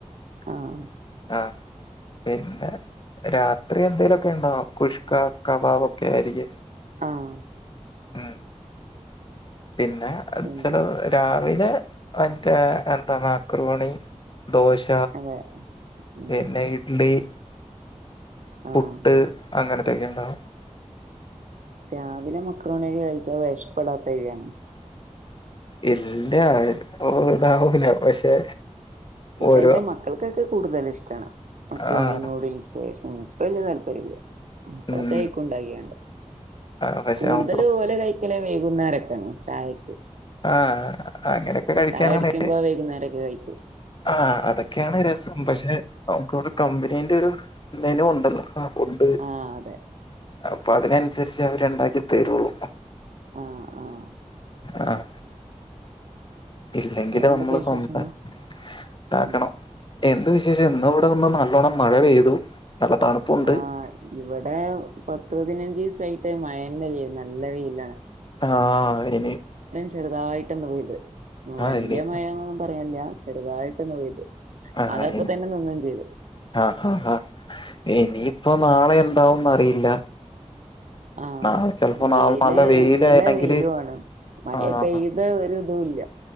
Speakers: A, on the right; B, on the left.
A: ആഹ
B: ആഹ പിന്നെ രാത്രി എന്തേലുമൊക്കെ ഉണ്ടോ കുഷ്ക കബാവ ഒക്കെ ആയിരിക്കും
A: ആഹ
B: ഉം പിന്നെ
A: പിന്നെ
B: ചില രാവിലെ മറ്റ എന്താ മക്രോണി ദോശ
A: അതെ ഉം
B: പിന്നെ ഇഡ്ലി
A: ആഹ്
B: പുട്ട് അങ്ങനെ ത്തേക്കുണ്ടാവും
A: രാവിലെ മക്രോണിയൊക്കെകഴിച്ച വിഷപ്പെടാത്ത വഴയാണ്
B: ഇല്ല ഓ ഇതാവൂല പക്ഷെ
A: ഇവിടെ
B: ഓരോ
A: എന്റെ മക്കൾക്കൊക്കെ കൂടുതൽ ഇഷ്ടമാണ് മക്രോണി
B: ആഹ്
A: നൂഡിൽസ് ഇപ്പ വലിയ താല്പര്യമില്ല <unintelligible>
B: ഉം ആ, പക്ഷെ
A: കൂടുതൽ
B: നമുക്ക്
A: ഓലെ കൈക്കലേ വെയ്കുന്നാരൊക്കാണ് ചായക്ക്
B: ആഹ് അങ്ങനൊക്കെ കഴിക്കാനാണ്
A: ചായ കുടിക്കുമ്പോ വൈകുന്നേരൊക്കെ കഴിക്കും
B: ആ അതൊ ഒക്കെയാണ് രസം പക്ഷെ നമുക്കിവിടെ കമ്പനീന്റെ ഒരു മെനു ഉണ്ടല്ലോ ഒണ്ട്
A: ആഹ് അതെ
B: അപ്പൊ അതിനൻസരിച്ച് അവര് ഇണ്ടാക്കി തരുള്ളു
A: ആ ആഹ്
B: ആഹ് ഇല്ലെങ്കില്
A: വേറെ എന്തൊക്കെയ
B: നമ്മള്
A: വിശേഷങ്ങള്
B: സ്വന്ത ഇണ്ടാക്കണം
A: ഉം
B: എന്ത് വിശേഷം എന്ന ഇവിടെ നിന്ന് നല്ലോണ്ണം മഴ പെയ്തു നല്ല തണുപ്പുണ്ട്
A: ആ ഇവിടെ പത്ത് പതിനഞ്ചീസ് ആയിട്ട് മയന്നെല്ല നല്ല വെയിലാണ്
B: ആഹ് ഇനി
A: ചെറുതായിട്ട ഒന്ന് പെയ്ത് വല്ല്യ
B: ആഹ് ഇനി
A: മയ പ അപ്പല്ലാ ചെറുതായിട്ട്ന്ന് പെയ്ത്
B: ആഹ്
A: അതപ്പ തന്നെ നിന്നും ചെയ്ത്
B: ആഹ് ഇനിയിപ്പോൊ നാളെ എന്താവുന്ന് അറിയില്ല
A: ആഹ്
B: നാളെ ചെലപ്പോ
A: വെയില്
B: നാളെ വെയിലാണെങ്കില്
A: നല്ല വെയിലു ആണ് മയ
B: ആഹ്
A: പെയ്ത ഒരു തുല്ല